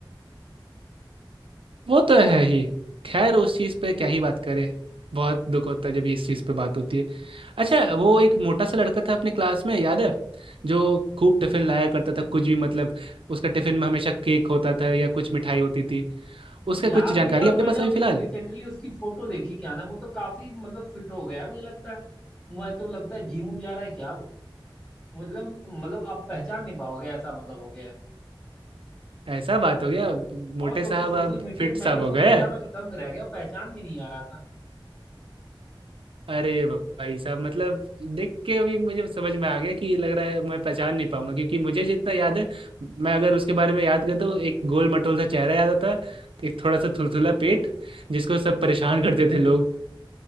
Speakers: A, on the right; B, on the left.
A: वो तो है ही खैर उस चीज पे क्या ही बात करें बहुत दुख होता है जब इस चीज पे बात होती है अच्छा वो एक मोटा सा लड़का था अपने क्लास में याद है जो खूब टिफिन लाया करता था कुछ भी मतलब उसका टिफिन में हमेशा केक होता था या कुछ मिठाई होती थी उसका
B: याद
A: कुछ जानकारी
B: भी है और
A: आपके
B: मैंने
A: पास
B: अभी
A: अभी फिलहाल
B: रिसेंटली उसकी फोटो देखी क्या ना वो तो काफी मतलब फिट हो गया है मुझे लगता है मुझे तो लगता है जिम उम जा रहा है क्या वो मतलब मतलब आप पहचान नहीं पाओगे ऐसा मतलब हो गया है
A: ऐसा बात हो गया मोटे
B: और क्या
A: साहब
B: उसकी सोशल
A: आप
B: मीडिया
A: फिट साहब
B: मैंने उसको
A: हो गए
B: देखा मैं तो दंग रह गया और पहचान भी नहीं आ रहा था
A: अरे भाई साहब मतलब देख के अभी मुझे समझ में आ गया कि लग रहा है मैं पहचान नहीं पाऊंगा क्योंकि मुझे जितना याद है मैं अगर उसके बारे में याद करता हूँ एक गोल मटोल सा चेहरा याद आता है, एक थोड़ा सा थुलथुला पेट जिसको सब परेशान करते थे लोग